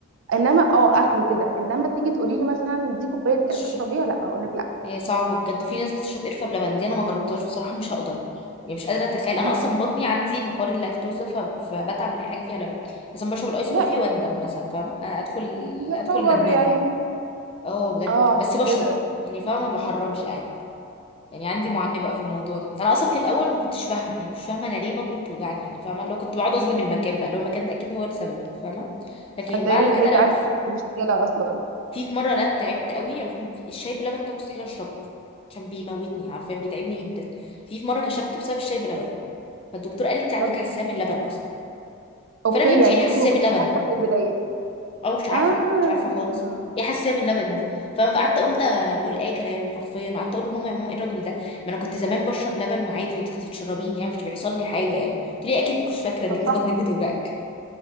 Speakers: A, on the right; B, on the left.
A: انما اه اكله كده انما تيجي تقولي لي مثلا دي كوبايه قرفه
B: اه
A: اشربيها لا اقول لك لا
B: هي صعبة بجد في ناس بتشرب قرفة بلبن دي انا ما جربتهاش بصراحة مش هقدر يعني مش قادرة اتخيل انا
A: م-
B: اصلا بطني عندي الحوار اللاكتوز ده ف- فبتعب من اي حاجة فيها لبن مثلا بشرب الايس
A: لا
B: كوفي
A: يبقى-
B: واندم مثلا فاهمة انا ادخل
A: يا
B: ادخل
A: خبر
B: ندمانة
A: يا عيني
B: كده اه بجد
A: اه عشان
B: بس بشرب
A: كده
B: يعني فاهمة ما بحرمش عادي يعني عندي معاناة بقى في الموضوع ده انا اصلا في الاول ما كنتش فاهمة يعني مش فاهمة انا ليه بطني بتوجعني يعني فاهمة لو كنت بقعد اظلم المكان بقى لو المكان ده اكيد هو السبب فاهمة لكن
A: اتاري
B: بعد
A: الحديد
B: كده لا
A: عندي مشكله اصلا
B: في في مرة لا تعبت قوي يعني في- في- الشاي بلبن ده مستحيل اشربه عشان بيموتني عارفة بيتعبني جدا في في مرة كشفت بسبب الشاي بلبن فالدكتور قال لي انت عندك
A: طب
B: حساسية
A: انت
B: من اللبن اصلا
A: اوكي
B: فانا ما فهمتش
A: يعني
B: ايه حساسية
A: انت ما كنتيش
B: من اللبن
A: عارفه
B: ده
A: من البدايه
B: او مش عارفة
A: اه
B: مش عارفة خالص ايه حساسية من اللبن دي فانا قعدت اقول ده بيقول اي كلام حرفيا قعدت اقول لماما يا ماما ايه الراجل ده ما انا كنت زمان بشرب لبن وعادي انت كنت بتشربيني يعني ما كنتش بيحصل لي حاجة يعني قلت لي اكيد ما كنتش فاكرة ان
A: طب
B: انت
A: صح
B: بطنك بتوجعك